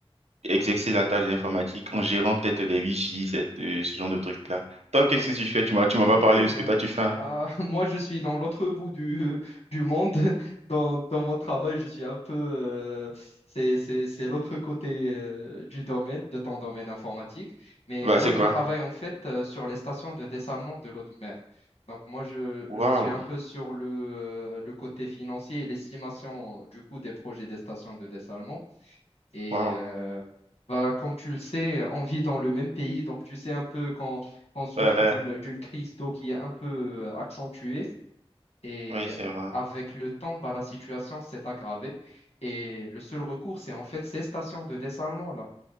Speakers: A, on the right (about 85°); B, on the left (about 80°).
A: exercer la tâche d'informatique en gérant peut-être des wifi, ce, euh, ce genre de trucs-là. Toi, qu'est-ce
B: ouais.
A: que tu fais? Tu m'as, tu
B: Ah,
A: m'as
B: C'est
A: pas parlé
B: très
A: de
B: bien.
A: ce que toi tu fais. hein.
B: Ah, <laughs> moi, je suis dans l'autre bout du, <laughs> du monde. Dans, dans mon travail, je suis un peu... euh, c'est, c'est, c'est l'autre côté euh, du domaine, de ton domaine informatique. Mais
A: Bah,
B: moi,
A: c'est
B: je
A: quoi?
B: travaille en fait euh, sur les stations de dessalement de l'eau de mer. Donc, moi, je, je
A: Waouh,
B: suis un peu sur le, euh, le côté financier et l'estimation euh, du coût des projets des stations de dessalement. Et
A: waouh.
B: euh, bah, comme tu le sais, on vit dans le même pays, donc tu sais un peu quand on souffre
A: Ouais, ouais,
B: d'une d'une crise d'eau qui est un peu euh, accentuée. Et
A: oui, c'est vrai.
B: avec le temps, bah, la situation s'est aggravée. Et le seul recours, c'est en fait ces stations de dessalement là,